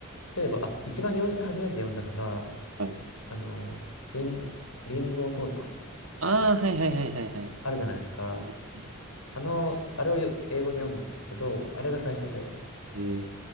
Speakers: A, on the left (about 85°); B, on the right (about 65°).
A: 例えば、あ、一番洋書初めて読んだのが、
B: はい。
A: あの、貧、貧乏父さん、
B: ああ、はいはいはいはいはい。
A: あるじゃないですか。
B: そうですね
A: あの、あれをよ英語で読んだんですけど、あれが最初で、
B: えー、